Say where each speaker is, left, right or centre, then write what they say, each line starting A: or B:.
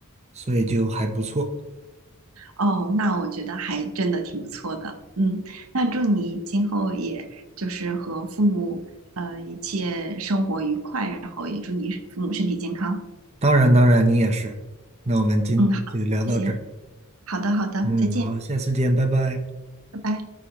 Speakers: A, on the right; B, on the right.
A: 所以就还不错。
B: 哦，那我觉得还真的挺不错的。嗯，那祝你今后也就是和父母呃一切生活愉快，然后也祝你父母身体健康。
A: 当然，当然你也是。那我们今就聊到这儿，
B: 嗯，好，谢谢。好的，好的，
A: 嗯，
B: 再见，
A: 好，下次见，拜拜。
B: 拜拜。